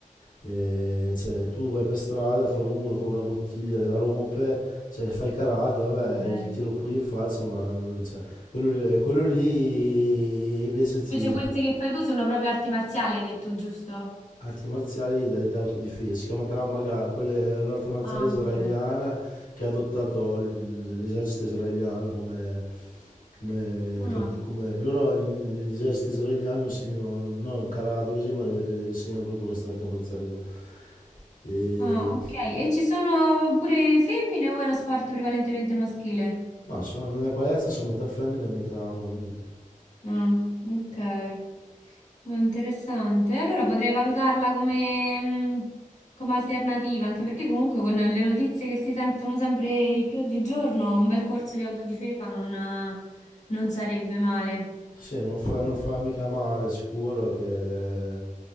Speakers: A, on the left (about 80°); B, on the left (about 60°).
A: Eh, cioè, tu vai per strada, trovi uno con una bottiglia, la rompe, cioè, fai karate, vabbè,
B: Ok.
A: gli tiro un pugno in faccia, ma non, cioè, quello, quello lì invece ti...
B: Invece queste che fai tu sono proprio arti marziali, hai detto, giusto?
A: Arti marziali d- d'autodifesa, si chiama Krav Maga, quella è un'arte marziale
B: Ah,
A: israeliana
B: ok.
A: che ha adottato l- l'esercito israeliano come, come-
B: Ah,
A: come- loro in- l'esercito israeliano insegnano non karate così, ma eh, insegnano proprio questa arte marziale qua. E,
B: ah, ok. E ci sono pure femmine o è uno sport prevalentemente maschile?
A: no, sono- nella mia palestra sono metà femmine e metà uomini.
B: Ah, ok. Ah, Interessante. Allora potrei valutarla come, mh, come alternativa, anche perché comunque con le notizie che si sentono sempre di più oggigiorno, un bel corso di autodifesa non, non sarebbe male.
A: Sì, non fa, non fa mica male, sicuro che